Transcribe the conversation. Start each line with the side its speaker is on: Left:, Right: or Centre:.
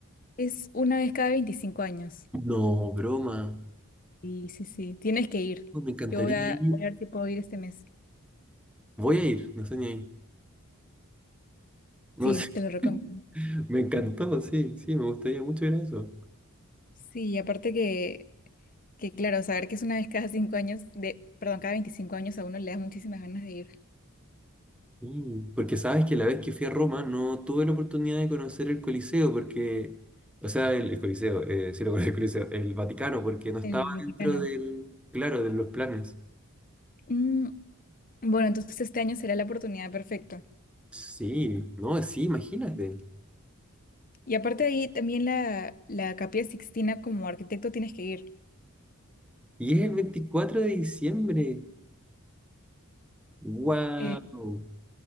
Left: Es una vez cada 25 años.
Centre: No, broma.
Left: Sí, sí, sí, tienes que ir.
Centre: Oh, Me encantaría
Left: Yo voy a,
Centre: ir.
Left: voy a ver si puedo ir este mes.
Centre: Voy a ir, no sé ni ahí. No
Left: Sí,
Centre: sé.
Left: te lo recomiendo.
Centre: <laughs> Me encantó, sí, sí, me gustaría mucho ir a eso.
Left: Sí, y aparte que, que claro, saber que es una vez cada 5 años, de, perdón, cada 25 años a uno le da muchísimas ganas de ir.
Centre: Mm, Porque sabes que la vez que fui a Roma no tuve la oportunidad de conocer el Coliseo, porque, o sea, el, el Coliseo, eh, sí lo conozco, el Coliseo, el Vaticano, porque no estaba
Left: El Vaticano.
Centre: dentro del, claro, de los planes.
Left: Mm, Bueno, entonces este año será la oportunidad perfecta.
Centre: Sí, no, sí, imagínate.
Left: Y aparte de ahí, también la, la Capilla Sixtina como arquitecto tienes que ir.
Centre: Y es el 24 de diciembre. ¡Wow!
Left: Eh,